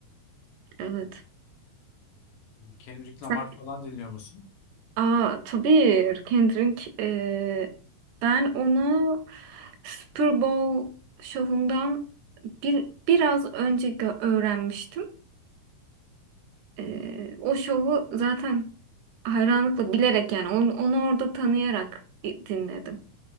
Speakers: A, on the right (about 80°); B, on the left (about 80°).
A: Evet.
B: Kendrick Lamar
A: Sen...
B: falan dinliyor musun?
A: Aa tabii Kendrick. ee, ben onu Super Bowl şovundan bir, biraz önce gö- öğrenmiştim. Ee, o şovu zaten hayranlıkla bilerek yani onu, onu orada tanıyarak dinledim.